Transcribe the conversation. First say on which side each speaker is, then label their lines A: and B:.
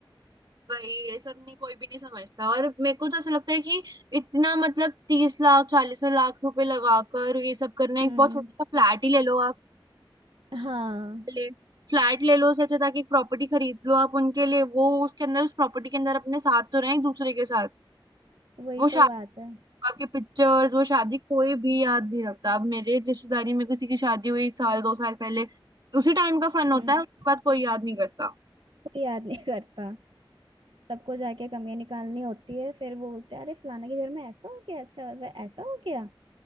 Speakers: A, on the right; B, on the right.
A: भाई ये सब नहीं कोई भी नहीं समझता और मेरे को तो ऐसा लगता है कि इतना मतलब तीस लाख चालीस लाख रुपए लगाकर ये सब करना एक
B: हम्म
A: बहुत छोटा सा फ्लैट ही ले लो
B: हाँ
A: ले फ्लैट ले लो उससे अच्छा था कि एक प्रॉपर्टी खरीद लो आप उनके लिए वो उसके अंदर उस प्रॉपर्टी के अंदर अपने साथ तो रहें एक दूसरे के साथ
B: वही
A: वो शादी
B: तो बात है
A: आपके पिक्चर्स वो शादी कोई भी याद नहीं रखता अब मेरे रिश्तेदारी में किसी की शादी हुई साल दो साल पहले उसी टाइम का फन
B: हम्म
A: होता है उसके बाद कोई याद नहीं करता
B: कोई याद नहीं करता सबको जाके कमियां निकालनी होती है फिर वो बोलते हैं अरे फलाने के घर में ऐसा हो गया अच्छा वह ऐसा हो गया